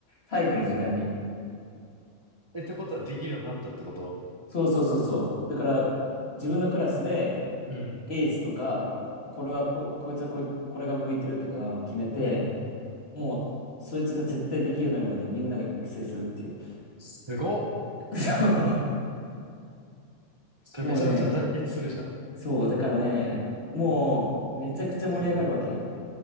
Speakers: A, on the left (about 50°); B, on the right (about 25°).
A: 体育の時間に。
B: え、ってことはできるようになったってこと
A: そうそうそうそう。だから自分のクラスで
B: うん。
A: エースとか、これはこ、こいつはこい、これが向いてるとかを決めて、
B: うんうん。
A: もうそいつが絶対できるようになるまでみんなが育成するっていう。
B: すごっ。
A: <laughs> そう。
B: それめちゃめちゃ団結するじゃん。
A: もうね、そう、だからね、もうめちゃくちゃ盛り上がるわけよ。
B: うん。